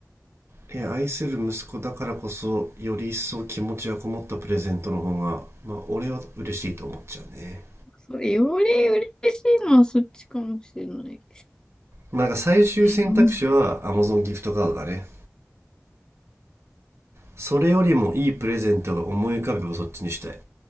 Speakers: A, on the right; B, on the left.
A: えー愛する息子だからこそより一層気持ちがこもったプレゼントの方が、まあ、俺は嬉しいと思っちゃうね
B: それより嬉しいのはそっちかもしれない。
A: なんか最終選択肢は
B: うん。
A: Amazon ギフトカードだねそれよりもいいプレゼントが思い浮かべばそっちにしたい